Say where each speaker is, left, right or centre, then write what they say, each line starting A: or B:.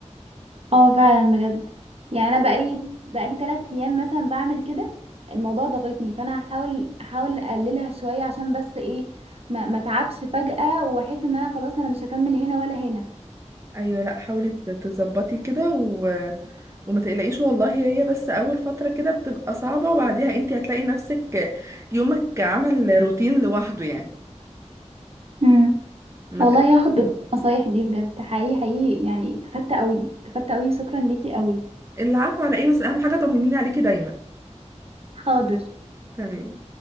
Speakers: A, on the right; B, on the right.
A: اه فعلا بجد يعني انا بقالي بقالي تلات ايام مثلا بعمل كده الموضوع ضاغطني فانا هحاول احاول اقللها شويه عشان بس ايه ما ما اتعبش فجاه واحس ان انا خلاص انا مش هكمل هنا ولا هنا
B: أيوة لأ حاولي ت- تظبطي كده و... وما تقلقيش والله هي بس أول فترة كده بتبقى صعبة وبعديها انتي هتلاقي نفسك يومك عمل روتين لوحده يعني
A: امم
B: ما
A: والله
B: تقلقيش
A: هاخد النصايح دي بجد حقيقي حقيقي يعني استفدت قوي استفدت قوي شكرا ليكي قوي
B: العفو على ايه بس اهم حاجة طمنيني عليكي دايما
A: حاضر
B: تمام